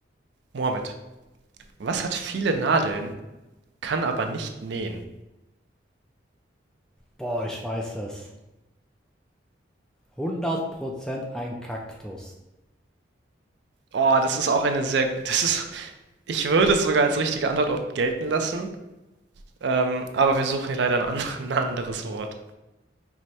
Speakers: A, on the right (about 65°); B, in the centre.
A: Mohammed, was hat viele Nadeln, kann aber nicht nähen.
B: Boah, ich weiß es. Hundert Prozent ein Kaktus.
A: Oh, das ist auch eine sehr, <laughs> das ist, ich würde es sogar als richtige Antwort auch gelten lassen, ähm, aber wir suchen hier leider ein, an, <laughs> ein anderes Wort.